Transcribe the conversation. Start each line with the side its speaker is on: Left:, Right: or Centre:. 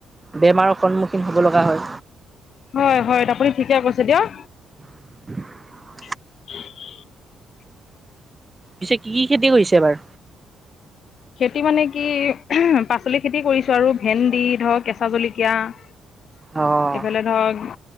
Right: বেমাৰৰ সন্মুখীন হ'ব লগা হয়।
Left: হয়, হয় আপুনি ঠিকে কৈছে দিয়ক।
Right: <unintelligible>
Left: <unintelligible>
Right: পিছে কি খেতি কৰিছে এবাৰ?
Left: খেতি মানে কি, পাচলি খেতি কৰিছো আৰু। ভেন্দি, ধৰক কেঁচা জলকীয়া। এইফালে
Right: অঁ
Left: ধৰক,